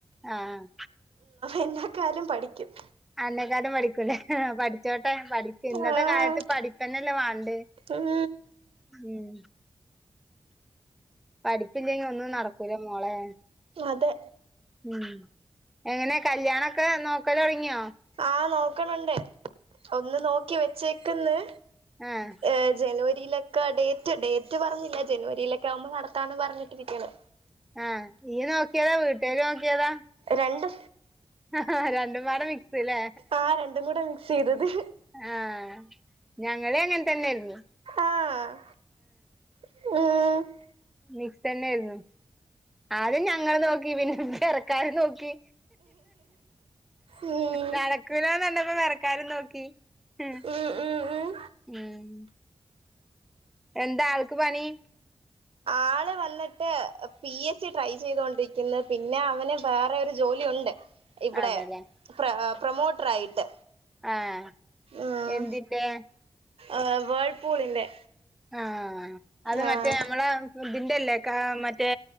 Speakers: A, in the centre; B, on the right.
A: ആഹ്
B: എല്ലാ കാരും പഠിക്കും
A: അന്നേക്കാട്ടും പഠികുലെ പഠിച്ചോട്ടെ പടി ഇന്നത്തെ
B: ആഹ്
A: കാലത്ത് പഠിപ്പന്നല്ലേവാണ്ട്
B: ഉം
A: ഉം പഠിപ്പില്ലെങ്കിൽ ഒന്നും നടക്കൂല മോളെ
B: അതെ
A: ഉം എങ്ങനെ കല്യാണൊക്കെ നോക്കലൊടങ്ങിയോ
B: ആ നോക്ക്ണ്ണ്ട് ഒന്ന് നോക്കി വെച്ചേക്ക്ന്ന്
A: ആഹ
B: ഏ ജനുവരിയിലൊക്കെ ഡേറ്റ് ഡേറ്റ് പറഞ്ഞില്ല ജനുവരിയിലൊക്കെ ആവുമ്പോ നടത്താന്ന് പറഞ്ഞിട്ടിരിക്ണ്
A: ആഹ ഇയ്യ് നോകേതാ വീട്ടേര് നോകേതാ
B: രണ്ട്
A: ആഹ രണ്ടുമ്പാടെ മിക്സലെ
B: ആഹ് രണ്ടും കൂടെ മിക്സ് ചെയ്തത്
A: ആഹ ഞങ്ങളി അങ്ങനെ തന്നെയ്ന്നു
B: ആഹ് <unintelligible>
A: മിക്സന്നെരുന്നു. ആദ്യം ഞങ്ങള് നോക്കി പിന്നെ പെരക്കാര് നോക്കി
B: ഉം ഉം
A: നടക്കൂലാന്നണ്ടപ്പം പെരക്കാരും നോക്കി ഹും
B: ഉം ഉം
A: ഉം എന്താ ആൾക്ക് പണി?
B: ആള് വന്നിട്ട് പി എസ് സി ട്രൈ ചെയ്തൊണ്ടിരിക്കുന്നു പിന്നെ അവന് വേറെ ഒരു ജോലി ഉണ്ട് ഇവിടെ
A: അതെല്ലേ
B: പ്ര പ്രൊമോട്ടറായിട്ട്
A: ആഹ്
B: ആഹ്
A: എന്തിന്റെ
B: ആഹ് വേൾപൂളിന്റെ
A: ആഹ് അത്
B: ആഹ്
A: മറ്റേ നമ്മളെ ഇതിന്റെല്ലേ ക മറ്റേ